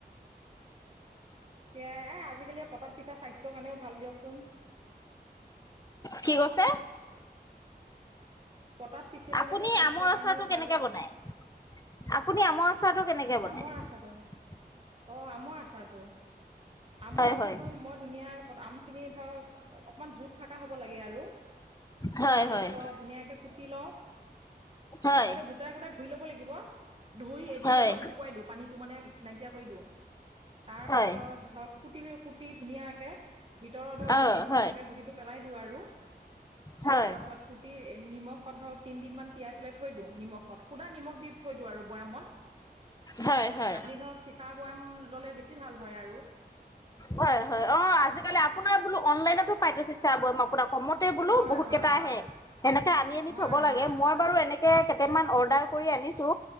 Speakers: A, on the right; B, on the left.
A: এ, এ আজিকালি পটাত পিছা স্বাস্থ্যৰ কাৰণেও ভাল দিয়কচোন।
B: কি কৈছে
A: পটাত পিচিলে
B: আপুনি
A: বোলো স্বাস্থ্যৰ
B: আমৰ
A: কাৰণেও
B: আচাৰটো কেনেকে
A: ভাল
B: বনাই আপুনি আমৰ আচাৰ চাহটো কেনেকে বনাই
A: আমৰ আচাৰটো অ আমৰ আছ টো আমৰ
B: হয়
A: আচাটো
B: হয়
A: মই ধুনীয়া আমখিনি ধৰ অকমান জোত থকা হ'ব লাগে আৰু
B: হয়
A: তাৰ
B: হয়।
A: পাছত ধুনীয়াকে কুটি লওঁ
B: হয়
A: মানে গোটাই গোটাই ধুই ল'ব লাগিব ধুই এদিন
B: হয়
A: ৰ'দত
B: হয়
A: শুকুৱাই দিওঁ পানীতটো মানে নাইকিয়া কৰি দিওঁ তাৰ পাছত
B: হয়
A: ক কুটি কুটি ধুনীয়াকে ভিতৰত ধৰক গুটি
B: অ
A: যদি
B: হয়
A: থাকে গুটিটো পেলাই দিওঁ আৰু
B: হয়
A: তাৰ পাছত সুটি নিমখত ধৰক তিনিদিনমান তিয়াই পেলাই থৈ দিওঁ নিমখত খুধা নিমখ দি থৈ দিওঁ আৰু বৈয়ামত
B: হয় হয়।
A: আপুনি ধৰক চিচাৰ বৈয়াম ল'লে বেছি ভাল হয় আৰু
B: হয় হয় অ আজিকালি আপোনাৰ বোলো অনলাইনতো পাই থছে আপোনাক কমতে বোলো
A: হয়
B: বহুত
A: হয়
B: কেইটা
A: হয়
B: আহে সেনেকে আনি আনি
A: হয়
B: থ'ব লাগে
A: হয়
B: মই বাৰু এনেকে কেইট মান অৰ্ডাৰ কৰি আনিছো